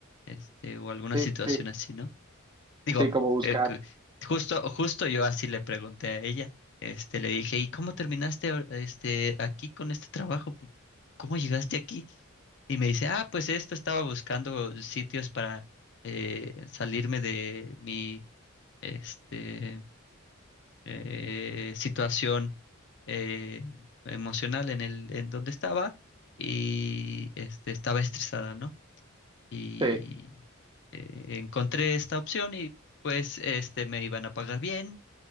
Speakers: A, on the left (about 55°); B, on the right (about 20°).
A: este, o alguna
B: sí,
A: situación
B: sí,
A: así, ¿no? Digo,
B: sí, como buscar,
A: eh, cu- justo, justo yo así le pregunté a ella, este, le dije, ¿y cómo terminaste ahor- este, aquí con este trabajo? Pu- ¿Cómo llegaste aquí? Y me dice, ah, pues esto estaba buscando sitios para eh, salirme de mi este, eh, situación eh, emocional en el, en donde estaba y este, estaba estresada, ¿no? y
B: sí,
A: eh, encontré esta opción y pues este me iban a pagar bien